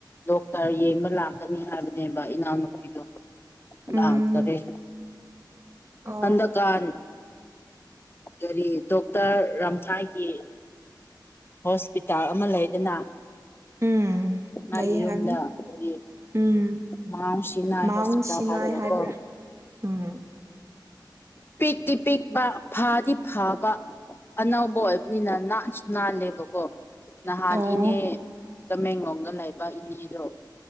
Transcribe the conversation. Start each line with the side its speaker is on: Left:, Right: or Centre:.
Left: ꯗꯣꯛꯇꯔ ꯌꯦꯡꯕ ꯂꯥꯛꯀꯅꯤ ꯍꯥꯏꯕꯅꯦꯕ ꯏꯅꯥꯎꯅꯨꯄꯤꯗꯣ
Right: ꯎꯝ
Left: ꯂꯥꯛꯇꯔꯦ
Right: ꯑꯣ
Left: ꯍꯟꯗꯀꯥꯟ ꯀꯔꯤ ꯗꯣꯛꯇꯔ ꯔꯥꯝꯊꯥꯏꯒꯤ ꯍꯣꯁꯄꯤꯇꯥꯜ ꯑꯃ ꯂꯩꯗꯅ
Right: ꯎꯝ
Left: ꯃꯥꯒꯤ
Right: ꯂꯩ ꯍꯥꯏꯕꯅꯤ
Left: ꯌꯨꯝꯗ ꯑꯩꯈꯣꯏꯒꯤ
Right: ꯎꯝ
Left: ꯃꯥꯎ ꯁꯤꯅꯥꯏ
Right: ꯃꯥꯎꯟ
Left: ꯍꯣꯁꯄꯤꯇꯥꯜ
Right: ꯁꯤꯅꯥꯏ
Left: ꯍꯥꯏꯕꯗꯀꯣ
Right: ꯍꯥꯏꯕ꯭ꯔꯥ ꯎꯝ
Left: ꯄꯤꯛꯛꯇ ꯄꯤꯛꯄ ꯐꯥꯗꯤ ꯐꯥꯕ ꯑꯅꯧꯕ ꯑꯣꯏꯕꯅꯤꯅ ꯅꯥꯟꯁꯨ ꯅꯥꯜꯂꯦꯕ ꯑꯀꯣ ꯅꯍꯥꯟ
Right: ꯑꯣ
Left: ꯏꯅꯦ ꯇꯃꯦꯡꯂꯣꯡꯗ ꯂꯩꯕ ꯏꯅꯦꯗꯣ